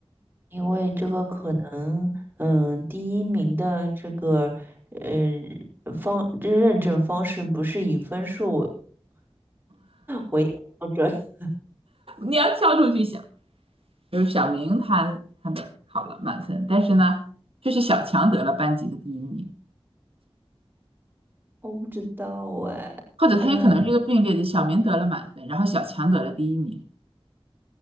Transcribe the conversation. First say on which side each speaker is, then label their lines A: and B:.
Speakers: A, on the right; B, on the right.
A: 因为这个可能，嗯，第一名的这个，呃，方这认证方式不是以分数为标准。<laughs>
B: 你要跳出去想，就是小明他他的考了满分，但是呢，却是小强得了班级的第一名，
A: 我不知道哎，
B: 或者他也可能是一个并列的，
A: 呃，
B: 小明得了满分，然后小强得了第一名，